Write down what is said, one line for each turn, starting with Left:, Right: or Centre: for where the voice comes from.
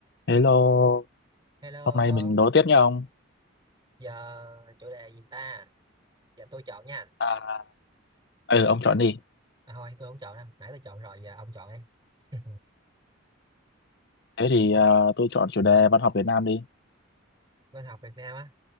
Left: Hello,
Right: Hello,
Left: hôm nay mình đố tiếp nha ông.
Right: giờ chủ đề gì ta? Giờ tôi chọn nha.
Left: À, ừ, ông chọn đi.
Right: À, thôi, tôi không chọn đâu. Nãy tôi chọn rồi, giờ ông chọn đi. <laughs>
Left: Thế thì
Right: Không,
Left: à, tôi chọn chủ đề văn học Việt Nam đi.
Right: văn học Việt Nam á,